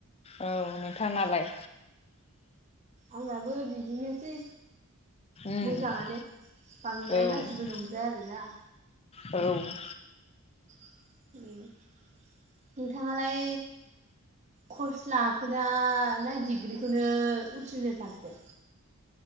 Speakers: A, on the left; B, on the right.
A: औ नोंथांनालाय?
B: आंनाबो बिदिनोसै।
A: उम
B: मोजाङानो बांद्राय
A: औ
B: गाज्रिबो नंद्राया आरोना
A: औ
B: <inaudible> नोंथाङालाय कर्स लाखोना ना डिग्रिखौनो उथ्रिना थाखो